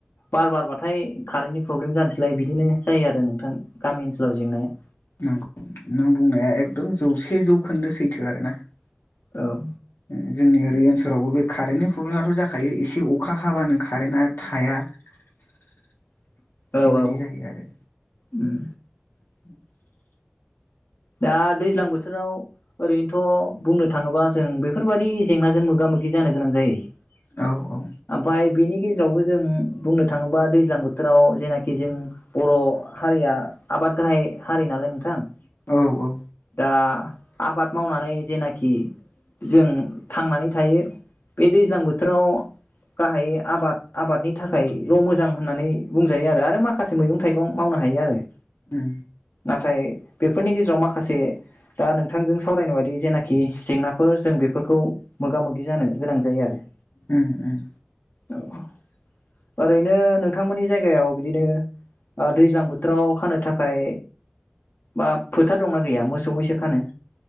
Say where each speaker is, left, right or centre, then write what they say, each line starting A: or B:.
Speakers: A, on the left (about 60°); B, on the left (about 85°).
A: बार बारबाथाय कारेन्टनि प्रब्लेम जानोसैलाय बिदिनो जायो आरो नोंथां गामि ओनसोलाव जेंनाया ।
B: नंगौ नों बुंनाया एकदम जौसे जौ खोन्दो सैथो आरो ना ।
A: औ
B: उम जोंनि ओरै ओनसोलावबो बे कारेन्टनि प्रब्लेमाथ' जाखायो एसे अखा हाबानो कारेन्टआ थाया। बेबायदि
A: औ औ
B: जायो आरो।
A: उम
B: <inaudible>
A: दा दैज्लां बोथोराव ओरैनोथ' बुंनो थाङोबा जों बेफोरबादि जेंनाजों मोगा मोगि जानो गोनां जायो ।
B: औ औ
A: ओमफाय बेनि गेजेरावबो जों बुंनो थाङोबा दैज्लां बोथोराव जेनाखि जों बर' हारिया आबाद गाहाय हारि नालाय नोंथां ।
B: औ औ
A: दा आबाद मावनानै जेनाखि जों थांनानै थायो बे दैज्लां बोथोराव गाहायै आबाद आबादनि थाखायल' मोजां होननानै बुंजायो आरो आरो माखासे मैगं थाइगं मावनो हायो आरो ।
B: उम
A: नाथाय बेफोरनि गेजेराव मा खासे दा नोंथांजों सावरायनाय बादि जेनाखि जेंनाफोर जों बेफोरखौ मोगा मोगि जानो गोनां जायो आरो ।
B: उम उम
A: औ ओरैनो नोंथांमोननि जायगायाव बिदिनो दैज्लां बोथोराव खानो थाखाय बा फो थार दंना गैया मोसौ मैसो खानो?